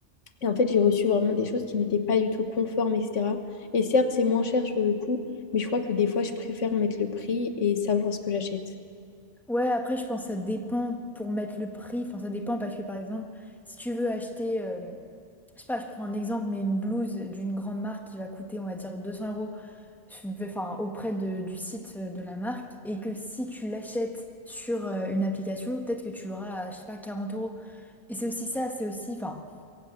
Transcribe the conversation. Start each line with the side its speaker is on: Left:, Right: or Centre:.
Left: Et en fait, j'ai reçu vraiment des choses qui n'étaient pas du tout conformes, etc. Et certes, c'est moins cher sur le coup, mais je crois que des fois, je préfère mettre le prix et savoir ce que j'achète.
Centre: Ouais, après, je pense que ça dépend pour mettre le prix. Enfin, ça dépend parce que par exemple, si tu veux acheter, euh, je sais pas, je prends un exemple, mais une blouse d'une grande marque qui va coûter, on va dire, 200 euros, enfin, auprès de- du site de la marque, et que si tu l'achètes sur euh, une application, peut-être que tu l'auras à, je sais pas, 40 euros. Et c'est aussi ça, c'est aussi, enfin,